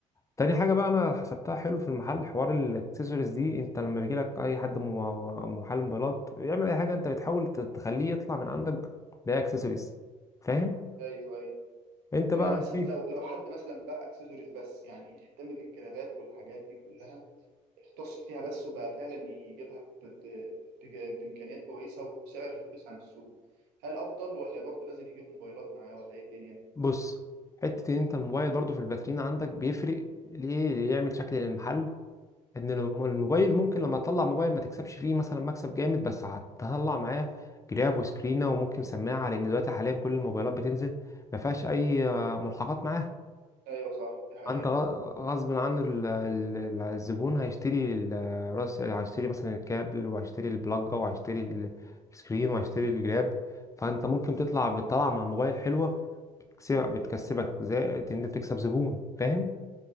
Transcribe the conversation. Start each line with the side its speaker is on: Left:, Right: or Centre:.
Left: تاني حاجة بقى أنا حسبتها حلو في المحل حوار الأكسسوارز دي أنت لما بيجيلك أي حد م- محل موبايلات يعمل أي حاجة أنت بتحاول ت- تخليه يطلع من عندك بأي أكسسوارز فاهم؟
Right: ايوه ايوه
Left: أنت
Right: طب
Left: بقى
Right: يعني مثلا
Left: شايف
Right: لو لو حد مثلا بقى اكسسوارز بس يعني اهتم بالجرابات والحاجات دي كلها اختص فيها بس وبقى فعلا يجيبها ب... ب... ب... بامكانيات كويسه وسعر رخيص عن السوق هل افضل ولا برضه لازم يجيب موبايلات معاه ولا ايه الدنيا؟
Left: بص حتة إن أنت الموبايل برضو في الفاترين عندك بيفرق ليه يعمل شكل للمحل إن
Right: مم.
Left: الم- الموبايل ممكن لما تطلع موبايل ما تكسبش فيه مثلا مكسب جامد بس هتطلع معاه جراب وسكرينة وممكن سماعة لأن دلوقتي حاليا كل الموبايلات بتنزل ما فيهاش أي آه، ملحقات معاها
Right: ايوه صح دي حقيقه
Left: انت غ- غصب عن ال- ال- الزبون هيشتري ال- راس هيشتري مثلا الكابل وهيشتري البلاجة وهيشتري السكرين وهيشتري الجراب فانت ممكن تطلع بتطلع مع موبايل حلوة بتكسبك بتكسبك زي ان انت بتكسب زبون فاهم